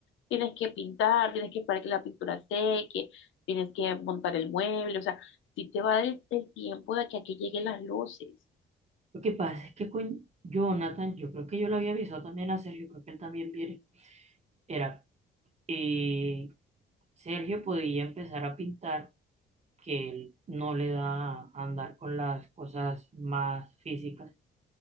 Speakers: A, on the left; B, on the right.
A: tienes que pintar, tienes que esperar que la pintura seque, tienes que montar el mueble, o sea, sí te va a dar el, el tiempo de que aquí lleguen las luces,
B: lo que pasa es que con Jonathan, yo creo que yo le había avisado también a Sergio, creo que él también viene. Era eh, Sergio podía empezar a pintar, que él no le da andar con las cosas más físicas.